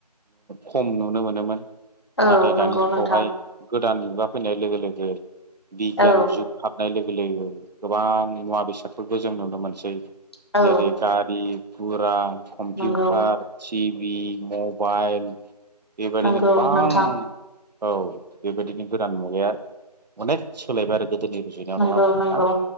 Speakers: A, on the right; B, on the left.
A: खम नुनो मोनोमोन
B: औ
A: नाथाय
B: नंगौ
A: दानि जुगावहाय
B: नोंथां
A: गोदान मुगा फैनाय लोगो लोगो बिगियान
B: औ
A: जुग हाबनाय लोगो गोबां मुवा बेसादफोरखौ जों नुनो मोनसै
B: औ
A: जेरै गारि गुरा कम्पिउटार
B: नंगौ
A: टिभि मबाइल बेबायदिनो
B: नंगौ
A: गोबां
B: नोंथां
A: औ बेबायदिनो गोदान मुगाया अनेक सोलायबाय आरो गोदोनि जुनायाव
B: नंगौ
A: नङा होमबा नोंथां?
B: नंगौ